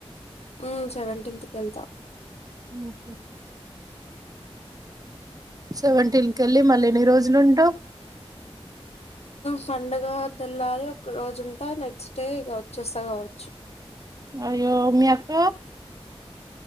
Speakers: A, on the left; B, on the right.
A: ఉ సెవెంటీన్త్ కెళ్తా
B: ఉహు సెవెంటీన్ కి వెళ్ళి మళ్ళ ఎన్ని రోజులుంటవ్
A: ఫండగా తెల్లారి ఒక రోజు ఉంటా నెక్స్ట్ డే ఇక వచ్చేస్తా కావచ్చు
B: అయ్యో మీ అక్క